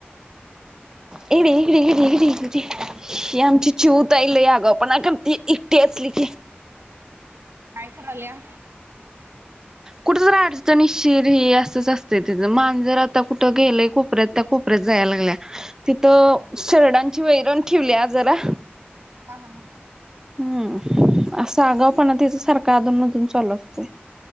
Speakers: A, on the right (about 15°); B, on the right (about 85°).
A: ए रेकडे ठीक ठीक <inaudible> ही आमची चिऊ ताई ले अगाऊ पण करते एकटी असली की
B: काय करायल्या.
A: कुठं तर अडचणी शिर ह असंच असते तिचं मान जर आता कुठं गेलंय कोपऱ्यात त्याप जाय लागल्या तिथ शरडांची वैरण ठेवली जरा
B: हा हा
A: हम्म असं आगावपणा तच्या सारखा अधूनमधून चाल असते.